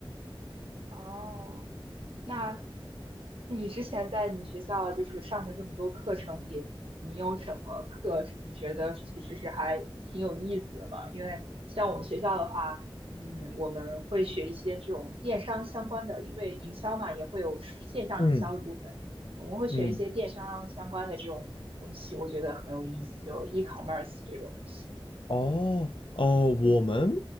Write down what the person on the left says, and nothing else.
嗯
嗯。
哦，哦，
我们